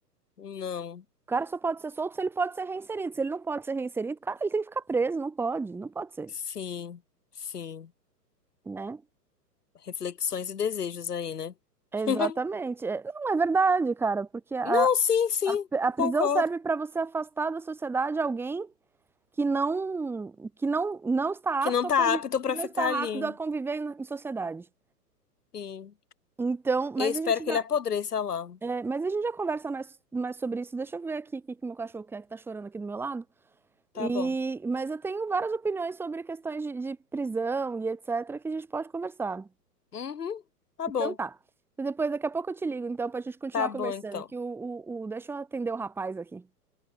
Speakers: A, on the left; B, in the centre.
A: não,
B: O cara só pode ser solto se ele pode ser reinserido. Se ele não pode ser reinserido, cara, ele tem que ficar preso, não pode, não pode ser,
A: sim, sim.
B: né?
A: Reflexões e desejos aí, né?
B: Exatamente.
A: <laughs>
B: É, não, é verdade, cara, porque a,
A: Não, sim, sim,
B: a,
A: eu
B: a prisão
A: concordo.
B: serve para você afastar da sociedade alguém que não que não, não está
A: Que
B: apto
A: não
B: a
A: tá
B: convi-
A: apto pra
B: que não
A: ficar
B: está rápido
A: ali.
B: a conviver em, em sociedade.
A: Sim.
B: Então, mas
A: Eu espero
B: a gente já,
A: que ele apodreça lá.
B: é, mas a gente já conversa mais, mais sobre isso. Deixa eu ver aqui o que, que meu cachorro quer que tá chorando aqui do meu lado.
A: Tá
B: E,
A: bom.
B: mas eu tenho várias opiniões sobre questões de, de prisão e etc. que a gente pode conversar.
A: Uhum, tá
B: Então
A: bom.
B: tá. E Depois, daqui a pouco eu te ligo, então, pra gente continuar
A: Tá bom,
B: conversando.
A: então.
B: Que o, o, o- Deixa eu atender o rapaz aqui. <laughs>